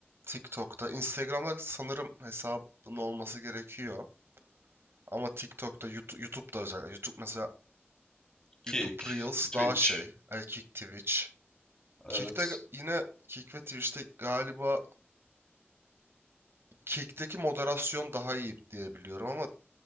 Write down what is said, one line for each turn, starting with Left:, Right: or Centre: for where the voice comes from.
Right: TikTok'ta, Instagram'da sanırım hesabın olması gerekiyor. Ama TikTok'ta, YouTube, YouTube'da özellikle. YouTube mesela
Left: Kick,
Right: YouTube Reels
Left: Twitch.
Right: daha şey. El Kick Twitch.
Left: Evet.
Right: Kick'te yine Kick ve Twitch'te galiba Kick'teki moderasyon daha iyi diye biliyorum ama